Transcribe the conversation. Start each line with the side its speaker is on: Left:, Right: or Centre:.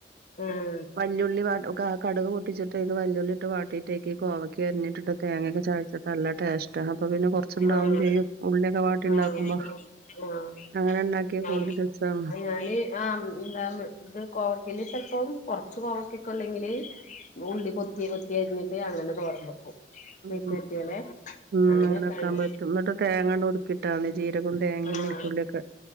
Left: ആഹ്
Right: വല്ലുള്ളി ആഹ് കടക് പൊട്ടിച്ചിട്ടേക്ക് വല്ലുള്ളി ഇട്ട് വാട്ടിട്ടേക്ക് കോവയ്ക്ക് അരഞ്ഞിട്ടിട്ട് തേങ്ങൊക്കെ ചഴച്ചിട്ടല്ല ടേസ്റ്റ് അപ്പൊ പിന്നെ കൊറച്ചുണ്ടാവും
Left: ആഹ്
Right: ചെയ്യും ഉള്ളിയൊക്കെ വാട്ടി ഉണ്ടാക്കുമ്പോ
Left: ആഹ് ആഹ്
Right: അങ്ങനെ ഉണ്ടാക്കിയ
Left: ഞാന്
Right: കൊണ്ട് രസാ
Left: ഞാന് ആഹ് ഇത് കോവക്കൽ ചിലപ്പോം കൊറച്ച് കോവക്കൊക്കെ ഉല്ലെങ്കില് ഉള്ളി കൊത്തി കൊത്തി കഴരിഞ്ഞിട്ട് അങ്ങനെ തോർന്ന്ക്കും
Right: ഉം
Left: മെക്കറ്റിയ പോലെ
Right: ഉം
Left: അങ്ങനെയൊക്കെയാണ്
Right: അങ്ങനെൊക്കാൻ പറ്റും എന്നിട്ട് തേങ്ങ കൊണ്ട് ഒടുക്കിട്ടാാണ് ജീരകവും തേങ്ങയും
Left: ആഹ്
Right: വളുത്തുള്ളിയൊക്കെ